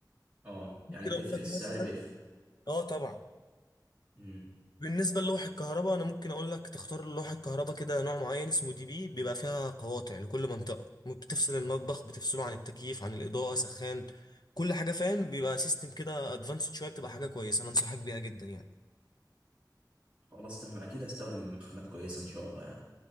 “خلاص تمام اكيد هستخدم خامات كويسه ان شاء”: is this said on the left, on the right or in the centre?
Right